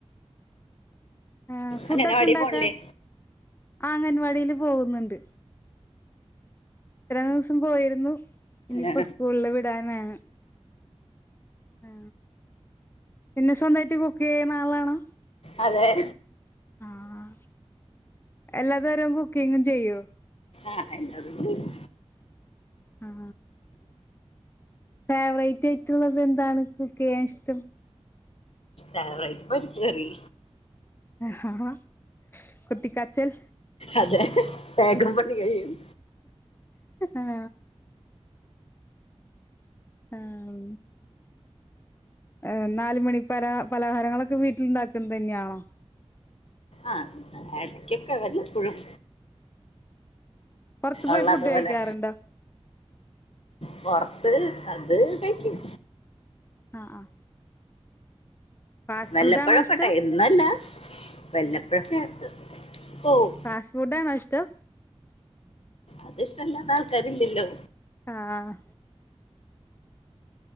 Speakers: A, on the left (about 20°); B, on the left (about 60°).
A: ആ ഫുഡൊക്കെ
B: അങ്ങനെ വാടി
A: ഉണ്ടാക്കാൻ
B: പോണില്ലേ
A: അംഗൻവാടിയില് പോകുന്നുണ്ട് ഇത്ര ദിവസം പോയിരുന്നു ഇനിയിപ്പോ
B: ആ,
A: സ്കൂളില് വിടാനാണ് ആ പിന്നെ സ്വന്തമായിട്ട് കുക്ക് ചെയ്യണ ആളാണോ
B: അതെ
A: ആഹ എല്ലാ തരം കുക്കിങ്ങും ചെയ്യോ
B: ആഹ എന്തേ <unintelligible>
A: ആ ഫേവറേറ്റ് ആയിട്ടുള്ളത് എന്താണ് കുക്ക് ചെയ്യാൻ ഇഷ്ടം
B: ഫേവറൈറ്റ് പരിപ്പ് കറി
A: ആ ആ കുട്ടികാച്ചൽ
B: അതെ വേഗം പണി കഴിയും
A: ആഹ ആഹ ഏഹ് നാല് മണി പര പലഹാരങ്ങളൊക്കെ വീട്ടിലുണ്ടാക്കുന്ന തന്നെയാണോ
B: ആഹ ആഹ് ഇടക്കൊക്കെ വല്ലപ്പോഴും
A: പുറത്ത് പോയി
B: ഉള്ളതുപോലെ
A: ഫുഡ് കഴിക്കാറുണ്ടോ
B: പുറത്ത് അത് കയിക്കും
A: ആഹ് ആഹ് ഫാസ്റ്റ്
B: വെല്ലപ്പഴൊക്കെട്ടാ
A: ഫുഡ് ആണോ ഇഷ്ടം?
B: എന്നുഅല്ല വെല്ലപ്പഴക്കെ പോവും
A: ഫാസ്റ്റ് ഫുഡ് ആണോ ഇഷ്ടം
B: അതിഷ്ട്ടല്ലാത്ത ആൾക്കാരില്ലല്ലോ
A: ആഹ്